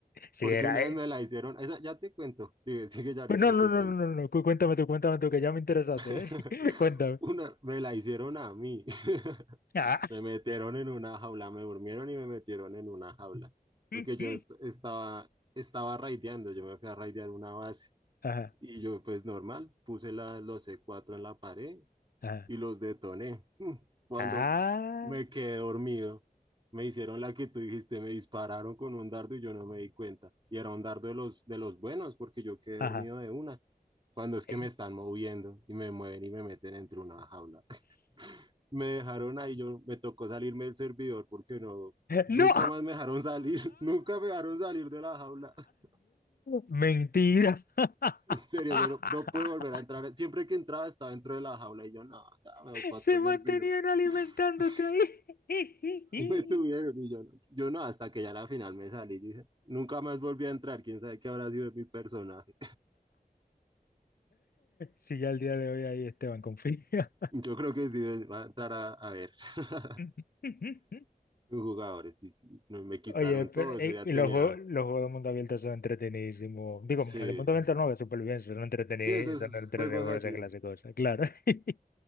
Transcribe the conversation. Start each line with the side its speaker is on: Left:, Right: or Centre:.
Left: si
Right: Porque
Left: era
Right: una vez
Left: él.
Right: me la hicieron, esa ya te cuento, sigue, sigue, ya ahorita
Left: Pues no, no,
Right: te
Left: no,
Right: cuento.
Left: no, no, no, cu- cuéntame tú, cuéntame tú, que ya me interesaste,
Right: <laughs>
Left: ¿eh? <laughs> Cuéntame.
Right: Una, me la hicieron a mí. <laughs>
Left: Ah,
Right: Me metieron en una jaula, me durmieron y me metieron en una jaula. Porque
Left: mm,
Right: yo
Left: mm.
Right: es- estaba, estaba raideando, yo me fui a raidear una base.
Left: Ajá,
Right: Y yo, pues normal, puse la- los C4 en la pared
Left: ajá.
Right: y los detoné. Mm, Cuando
Left: Ah,
Right: me quedé dormido, me hicieron la que tú dijiste, me dispararon con un dardo y yo no me di cuenta. Y era un dardo de los, de los buenos, porque yo quedé
Left: ajá.
Right: dormido de una. Cuando es que
Left: Ahí.
Right: me están moviendo y me mueven y me meten entre una jaula me dejaron ahí, yo me tocó salirme del servidor porque no, nunca
Left: ¡No!
Right: más me dejaron salir, <laughs> nunca me dejaron salir de la jaula. <laughs>
Left: <laughs> Mentira. <laughs>
Right: En serio, yo no, no pude volver a entrar. Siempre que entraba estaba dentro de la jaula y yo, no, ya me voy para
Left: Se
Right: otro
Left: mantenían
Right: servidor.
Left: alimentándote
Right: <laughs>
Left: ahí.
Right: Ahí me tuvieron
Left: <laughs>
Right: y yo, no- yo no, hasta que ya a la final me salí. Yo dije, nunca más volví a entrar, quién sabe qué habrá sido de mi personaje.
Left: Si ya el día de hoy ahí Esteban confía.
Right: Yo creo que sí va a entrar a, a ver. <laughs>
Left: <laughs>
Right: Los Jugadores, sí, sí, no, me quitaron
Left: Oye, pero
Right: todo,
Left: eh,
Right: ese día
Left: y
Right: tenía,
Left: los juegos, los juegos de mundo abierto son entretenidísimos. Digo,
Right: sí,
Left: de mundo abierto no, de supervivencia, son entretenidos,
Right: sí, esos
Left: son entretenidos
Right: juegos así.
Left: esa clase de cosas, claro. <laughs>